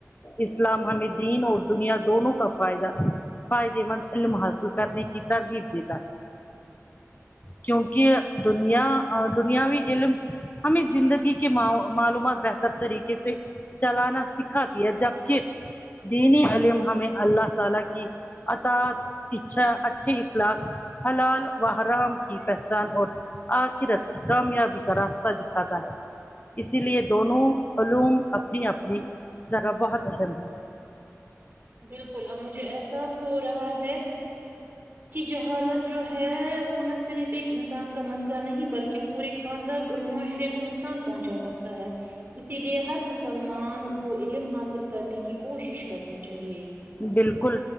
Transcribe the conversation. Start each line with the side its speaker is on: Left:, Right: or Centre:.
Left: اسلام ہمیں دین اور دنیا دونوں کا فائدہ فائدے مند علم حاصل کرنے کی ترغیب دیتا ہے کیونکہ دنیا ا دنیاوی علم ہمیں زندگی کے ما معلومات بہتر طریقے سے چلانا سکھا دیا جبکہ دینی علم ہمیں اللہ تعالی کی اطاعت پچھا اچھی اخلاق حلال وحرام کی پہچان اور آخرت کی کامیابی کا راستہ دکھاتا ہے اسی لیے دونوں علوم اپنی اپنی جگہ بہت اہم ہے
Right: بالکل اب مجھے احساس ہو رہا ہے کہ جہالت جو ہے وہ نہ صرف ایک انسان کا مسئلہ نہیں بلکہ پورے خاندان اور معاشرے کو نقصان پہنچا سکتا ہے اسی لیے ہر مسل مان کو علم حاصل کرنے کی کوشش کرنی چاہیے
Left: بالکل